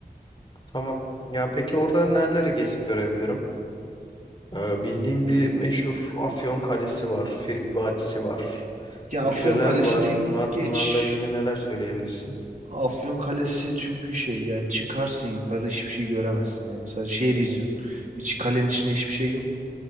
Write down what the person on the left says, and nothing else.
Tamam. Ya peki orada nereleri gezip görebilirim? Ee,
bildiğim bir
meşhur Afyon Kalesi var. Frig Vadisi var.
Müzeler
var. Bunlar
bunlarla ilgili neler söyleyebilirsin?